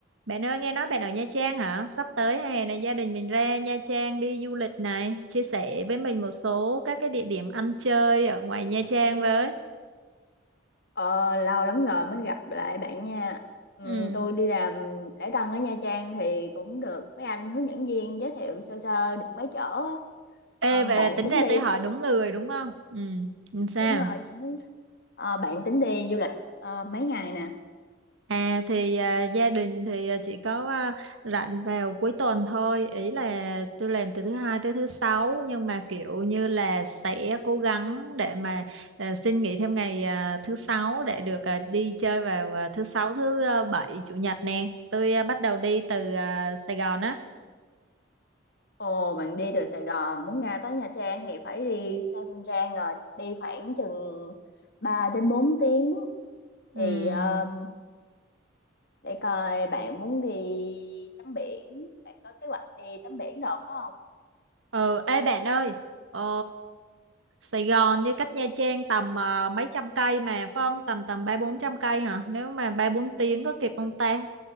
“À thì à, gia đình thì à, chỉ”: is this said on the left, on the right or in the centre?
Right